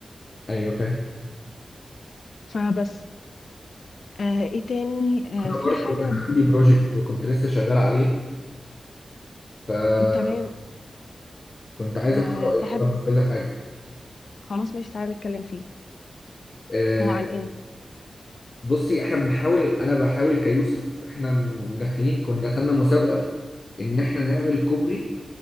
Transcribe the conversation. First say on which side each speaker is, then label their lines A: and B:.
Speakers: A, on the left; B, on the left.
A: ايوه فاهم
B: فبس آه ايه تاني
A: انا
B: آه في
A: برضه
B: حاجة
A: كان عندي بروجكت وكنت لسه شغال عليه فكنت
B: تمام
A: عايز
B: أه
A: اخد رايك
B: تحب
A: برضه في كذا حاجه
B: خلاص ماشي تعالى نتكلم فيه
A: آه
B: هو عن ايه
A: بصي احنا بنحاول انا بحاول كيوسف احنا م- داخلين كنا دخلنا مسابقه ان احنا نعمل كوبري